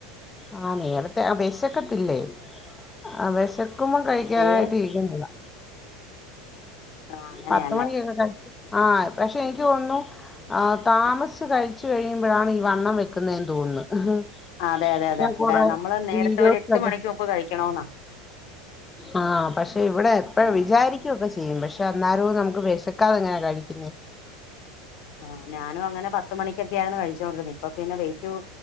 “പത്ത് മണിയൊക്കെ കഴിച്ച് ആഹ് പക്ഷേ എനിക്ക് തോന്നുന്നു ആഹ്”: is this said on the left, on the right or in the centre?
Left